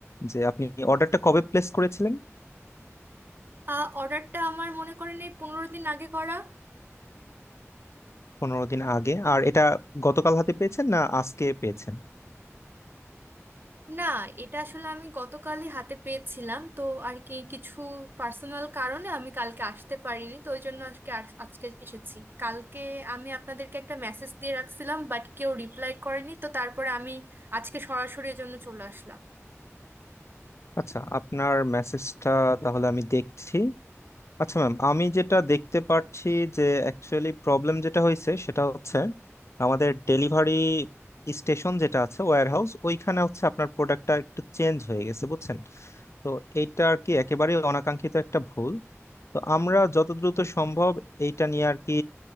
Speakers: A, on the left; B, on the right.
A: যে আপনি অর্ডারটা কবে প্লেস করেছিলেন
B: আহ অর্ডারটা আমার মনে করেন এই পনেরো দিন আগে করা
A: পনেরো দিন আগে আর এটা গতকাল হাতে পেয়েছেন না আজকে পেয়েছেন
B: না এটা আসলে আমি গতকালই হাতে পেয়েছিলাম তো আর কি কিছু পার্সোনাল কারণে আমি কালকে আসতে পারিনি তো ওই জন্য আজকে আস- আজকে এসেছি কালকে আমি আপনাদেরকে একটা মেসেজ দিয়ে রাখছিলাম বাট কেউ রিপ্লাই করেনি তো তারপরে আমি আজকে সরাসরি এজন্য চলে আসলাম
A: আচ্ছা আপনার মেসেজটা তাহলে আমি দেখছি আচ্ছা ম্যাম আমি যেটা দেখতে পাচ্ছি যে অ্যাকচুয়ালি প্রবলেম যেটা হয়েছে সেটা হচ্ছে আমাদের ডেলিভারি স্টেশন যেটা আছে ওয়্যার হাউস ওইখানে হচ্ছে আপনার প্রোডাক্টটা একটু চেঞ্জ হয়ে গেছে বুঝছেন তো এইটা আর কি একেবারেই অনাকাঙ্ক্ষিত একটা ভুল তো আমরা যত দ্রুত সম্ভব এইটা নিয়ে আর কি